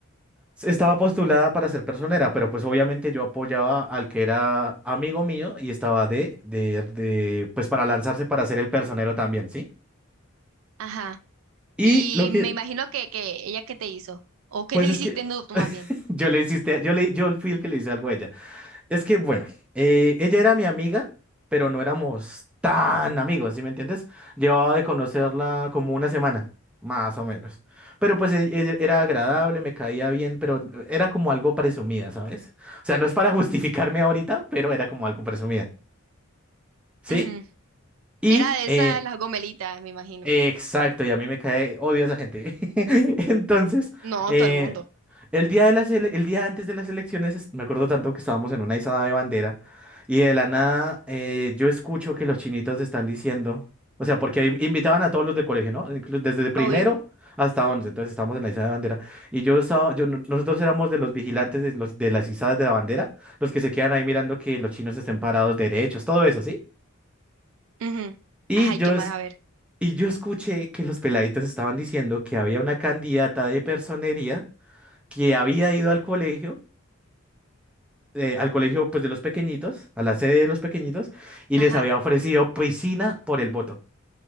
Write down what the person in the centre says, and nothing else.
S- Estaba postulada para ser personera, pero pues obviamente yo apoyaba al que era amigo mío y estaba de, de, de, pues para lanzarse para ser el personero también, ¿sí?
Y
lo que,
pues
es
que
<laughs>
yo le hiciste, yo le, yo fui el que le hice algo a ella. Es que, bueno, eh, ella era mi amiga, pero no éramos tan amigos, ¿sí me entiendes? Llevaba de conocerla como una semana, más o menos. Pero pues e- e- era agradable, me caía bien, pero era como algo presumida, ¿sabes? O sea, no es para <laughs> justificarme ahorita, pero era como algo presumida, ¿sí?
Y,
eh,
exacto, y a mí me cae, odio a esa gente. <laughs> Entonces,
eh,
El día de las ele- el día antes de las elecciones, es- me acuerdo tanto que estábamos en una izada de bandera y de la nada eh, yo escucho que los chinitos están diciendo, o sea, porque in- invitaban a todos los de colegio, ¿no? Inclu- Desde primero
hasta once, entonces estamos en la izada de bandera y yo estaba, yo no- nosotros éramos de los vigilantes de, los, de las izadas de la bandera, los que se quedan ahí mirando que los chinos estén parados derechos, todo eso, ¿sí?
Y
yo
es-
y yo escuché que los peladitos estaban diciendo que había una candidata de personería que había ido al colegio eh, al colegio pues de los pequeñitos, a la sede de los pequeñitos, y
les había ofrecido piscina por el voto.